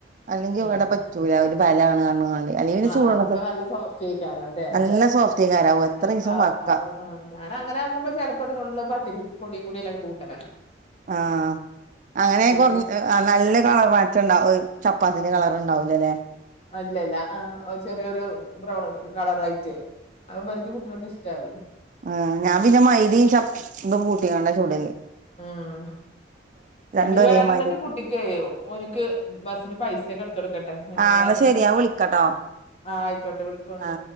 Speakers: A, on the right (about 45°); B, on the left (about 35°).
A: അല്ലെങ്കി
B: ആഹ്
A: ഇവിടെ പറ്റൂല ഒരു ബലാ ണ് പറഞ്ഞകാട് അല്ലെപിന്നെ
B: ആഹ്
A: ചൂടുല്ലട്ടിൽ
B: അപ്പൊ നല്ല സോഫ്റ്റ് ആയിക്കാരം അല്ലേ
A: നല്ല സോഫ്റ്റ് കാരാവ എത്ര
B: അ-
A: ദിവസം
B: അ-
A: വക്കാ
B: അപ്പൊ ആഹ് ഞാൻ അങ്ങനെ ആകുമ്പോ ചെലപ്പോ അതിനുള്ളത് പത്തിരി പൊടിയും അയി ൽ കുട്ടലാണ്
A: ആ അങ്ങനെ കുറ
B: കൂടി
A: ആ നല്ല കളർ മറ്റ ഇണ്ടാവും ചപ്പാത്തിന്റെ കളർണ്ടാവല അല്ലേ
B: അല്ലല്ല ആ ചെറിയൊരു ബ്രൗൺ കളറ ആയിട്ട് അഹ ഇവർക്കും കുട്ടികൾക്കക്ക് ഇഷ്ടാണ്
A: ആ ഞാൻ പിന്നെ മൈദി ചപ്പതും കൂട്ടിക്കണ്ട ചൂടല്
B: ഉം
A: രണ്ടും
B: എടി
A: ഒരേ
B: വേറെന്തെന്റെ
A: മാതിരി
B: കുട്ടിക്ക്‌ ഒനിക്ക് ബസ്സിന് പൈസയൊക്കെ എടുത്ത് കൊടുക്കട്ടെ, പിന്നെ
A: ആ എന്നാ
B: വേറെന്താ
A: ശരി ഞാൻ വിളിക്കാട്ടോ
B: ആഹ ആയിക്കോട്ടെ വിളിക്കോണ്ടു
A: ആ